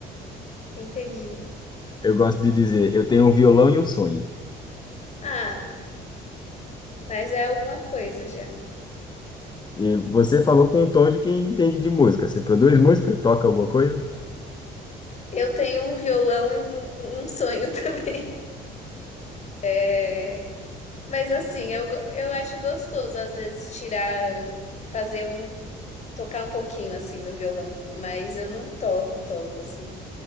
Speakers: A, on the left; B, on the left.
A: <laughs> entendi.
B: eu gosto de dizer, eu tenho um violão e um sonho.
A: Ah, mas é alguma coisa já.
B: E você falou com um tom de quem entende de música. Você produz música? Toca alguma coisa?
A: Eu tenho um violão e um um sonho <laughs> também. É, Mas assim, eu, go- eu acho gostoso às vezes tirar, fazer um, tocar um pouquinho assim no violão, mas eu não toco, toco assim.